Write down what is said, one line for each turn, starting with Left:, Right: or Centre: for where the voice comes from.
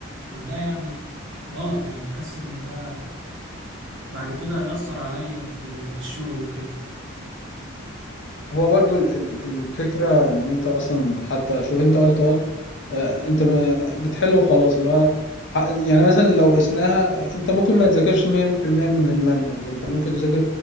Right: وده يعني غلط يعني حاسس ان ده بعد كده هيأثر عليا في الشغل وكده
Left: هو برضو ال- ال- الفكرة ان انت اصلا حتى شوف انت قلت اه آه، انت ما- بتحل وخلاص اللي هو ح- يعني مثلا لو قسناها انت ممكن ما تذاكرش 100% من المنهج انت ممكن تذاكر